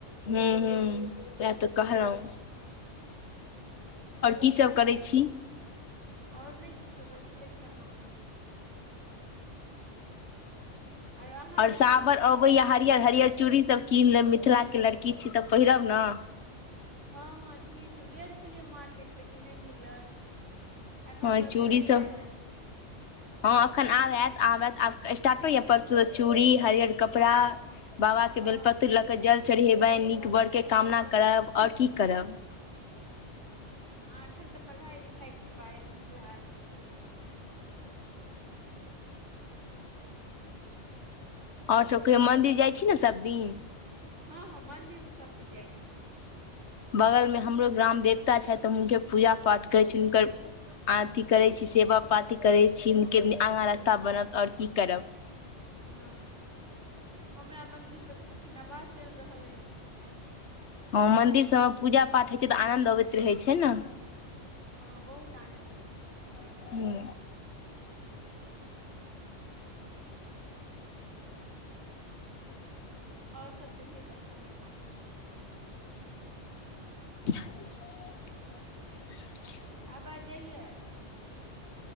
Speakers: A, on the left (about 70°); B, on the right (about 80°).
A: हम्म हम्म सेहै त कहलौं। और की सभ करैय छी।
B: और नैय किछो बैसले छलहुँ। आर अहाँ
A: और
B: अंगना
A: साबन
B: भोज
A: अबैया
B: कहिया
A: हरियर हरियर चूड़ी सब कीन लेब मिथिला के लड़की छी त पहिरब ना।
B: हाॅं हाॅं चूड़ी सभ गेल छलियै मार्केट लेकिन नैय मिलल। एखन
A: ह
B: कहलकै
A: चूड़ी
B: नहि
A: सब
B: आयल ए
A: हँ अखन आब आत आब आत स्टार्ट ऐ। परसु से चूड़ी हरियर कपड़ा बाबा के
B: हँ
A: बेलपत्र लक। जल चढ़ेबैन नीक बड़ के कामना करब और की करब।
B: आ एखन त पढ़ाई लिखाई के बारे में फिलहाल। <unintelligible>
A: और सब कहियौ मंदिर जाइ छी ने सभ दिन।
B: हँ हँ मन्दिर त सबदिन जाइ छी।
A: बगल में हमरो ग्राम देवता छैथ हुनके पूजा पाठ करै छथि हुनकर आरती करैत छी सेवा पाती करैत छी हुनके
B: हँ
A: आगा रस्ता बनत और की करब।
B: हॅं हमरा मंदिर पर त एखन नवाह चलि रहल अछि।
A: हँ मंन्दिर सब में पूजा पाठ होइत छै त आनन्द अबैत रहैत छै न।
B: हँ बहुत आनन्द हे आबैय
A: ह
B: छै। और सभ कहियौ ताखाइन
A: <unintelligible>
B: <unintelligible> आबाज जइय।